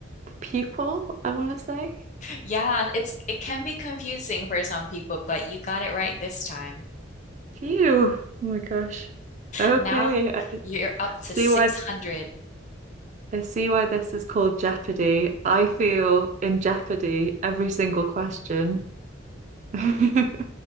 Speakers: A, on the right; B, on the left.
A: the pupil, I want to say.
B: Yeah, it's it can be confusing for some people, but you got it right this time.
A: Phew. Oh my gosh. Okay.
B: Now
A: I,
B: you're up
A: I
B: to
A: see
B: 600.
A: why I see why this is called Jeopardy. I feel in jeopardy every single question. <laughs> Thank